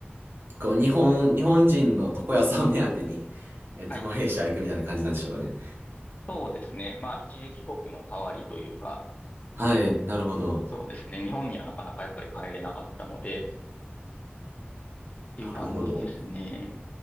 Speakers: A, on the right (about 65°); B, on the left (about 40°).
A: こう、日本、日本人の床屋さん目当てに、えっと、
B: はい
A: マレーシア行くみたいな感じなんでしょうかね。
B: そうですね。まあ、一時帰国の代わりというか、
A: はい、なるほど。
B: そうですね。日本にはなかなかやっぱり帰れなかったので、っていう感じですね。
A: なるほど。